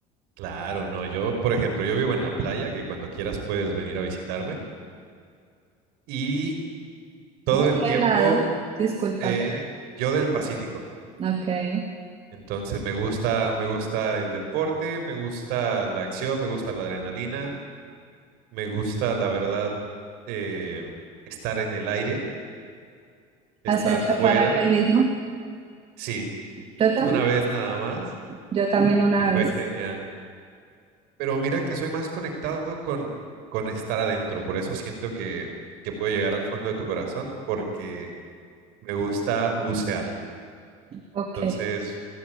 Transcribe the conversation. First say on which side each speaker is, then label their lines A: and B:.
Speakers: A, on the right; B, on the right.
A: Claro, no, yo, por ejemplo, yo vivo en la playa, que cuando quieras puedes venir a visitarme, y todo
B: ¿De
A: el
B: qué
A: tiempo
B: lado? Disculpa.
A: eh, yo del Pacífico.
B: Ok.
A: Entonces me gusta, me gusta el deporte, me gusta la acción, me gusta la adrenalina, me gusta, la verdad, eh, estar en el aire, estar
B: ¿Has hecho
A: fuera.
B: paracaidismo?
A: Sí,
B: Yo también,
A: una vez nada más,
B: yo también una
A: y fue
B: vez.
A: genial. Pero mira que soy más conectado con, con estar adentro, por eso siento que, que puedo llegar al fondo de tu corazón, porque Me gusta bucear.
B: Ok.
A: Entonces,